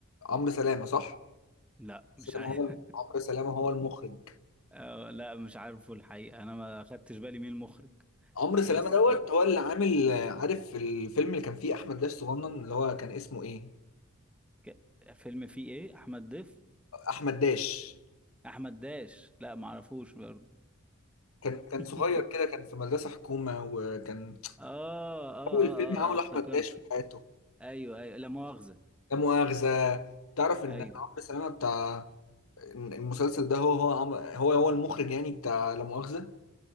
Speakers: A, on the left (about 75°); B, in the centre.
A: عمرو سلامه صح
B: لا مش
A: سلامه
B: عارف
A: هو عمرو سلامه هو المخرج
B: <laughs> آه لا مش عارفه الحقيقة انا ما خدتش بالي مين المخرج
A: عمرو
B: بس
A: سلامه دوت هو اللي عامل آه، عارف الفيلم اللي كان فيه احمد داش صغنن اللي هو كان اسمه ايه
B: ك... فيلم فيه ايه احمد ضيف
A: احمد داش
B: احمد داش لا ما اعرفوش برضه
A: كان كان
B: <laughs>
A: صغير كده كان في مدرسة حكومة وكان
B: آه, آه, اه
A: أول فيلم عمله
B: اه اه افتكرت
A: أحمد داش في حياته
B: ايوه ايوه لا مؤاخذة
A: لا مؤاخذة تعرف إن
B: ايوه
A: عمرو سلامة بتاع المسلسل ده هو هو عم- هو هو المخرج يعني بتاع لا مؤاخذة